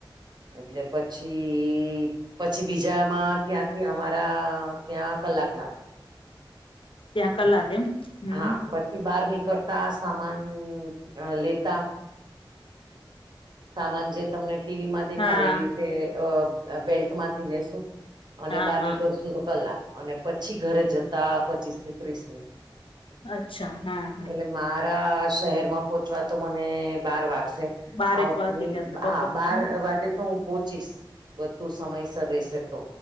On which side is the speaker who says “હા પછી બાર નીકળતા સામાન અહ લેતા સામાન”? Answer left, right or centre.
Right